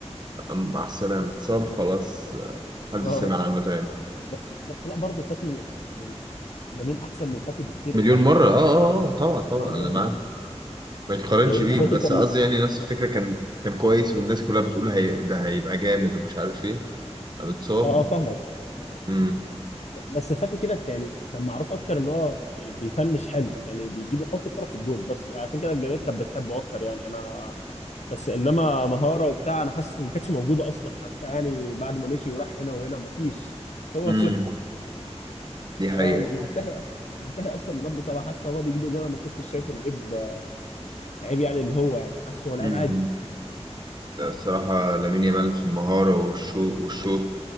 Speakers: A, on the right; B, on the left.
A: مع السلامة اتصاب خلاص محدش
B: اه
A: سمع عنه تاني
B: بس بس لا برضه فاتي يعني لامين احسن من فاتي بكتير
A: مليون
B: يعني
A: مرة اه اه آه، طبعا طبعا
B: اه
A: انا معاك
B: يعني
A: ما يتقارنش
B: يعني
A: بيه
B: فاتي
A: بس
B: كان
A: قصدي يعني نفس الفكرة كان كان كويس والناس كلها بتقول هي ده هيبقى جامد ومش عارف ايه قام اتصاب
B: اه آه، فاهمك
A: امم
B: بس فاتي كده ك- يعني كان معروف اكتر ان هو بيفنش حلو يعني بيجيب يحط الكرة في الجون بس عشان كده الجماهير كانت بتحبه اكتر يعني انا بس انما مهارة وبتاع انا حاسس إن ما كانتش موجودة اصلا حتى يعني بعد ما مشي وراح هنا وهنا ما فيش هو
A: امم
B: صفر
A: دي حقيقة
B: هو منتهي اصلا منتهي اصلا من قبل صلاح حتى هو بيجيب جون انا ما كنتش شايفه لعيب لعيب يعني اللي هو يعني حاسه هو لعيب
A: امم
B: عادي
A: لا، الصراحة لامين يامال في المهارة والشو والشوط